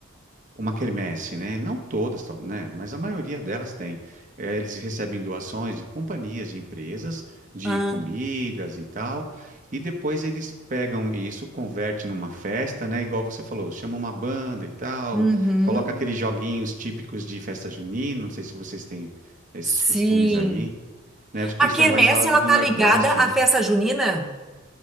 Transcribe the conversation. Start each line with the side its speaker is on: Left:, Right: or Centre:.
Right: uma quermesse, né? Não todas, tal- né? Mas a maioria delas tem. Eh, eles recebem doações de companhias, de empresas, de
Centre: ah,
Right: comidas e tal, e depois eles pegam isso, converte numa festa, né? Igual você falou, chama uma banda e tal,
Centre: uhum,
Right: coloca aqueles joguinhos típicos de festa junina. Não sei se vocês têm esses
Centre: Sim.
Right: costumes aí, né? Acho que
Centre: A
Right: isso
Centre: quermesse,
Right: é mais lá do
Centre: ela
Right: do
Centre: tá
Right: Nordeste,
Centre: ligada à
Right: né?
Centre: festa junina?